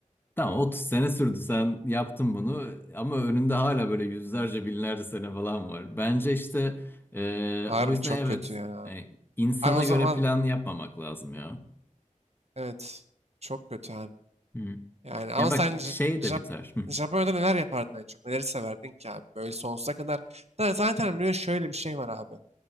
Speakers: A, on the left; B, on the right.
A: tamam 30 sene sürdü sen yaptın bunu ama önünde hala böyle yüzlerce binlerce sene falan var. Bence işte e,
B: <laughs> Harbi
A: o yüzden
B: çok
A: evet
B: kötü ya.
A: e, insana
B: Abi o zaman
A: göre plan yapmamak lazım ya.
B: evet çok kötü abi.
A: Hı.
B: Yani ama
A: Ya bak
B: sen J-
A: şey
B: Jap
A: de biter. Hı.
B: Japonya'da neler yapardın en çok? Neleri severdin ki abi? Böyle sonsuza kadar. Da zaten bir de şöyle bir şey var abi.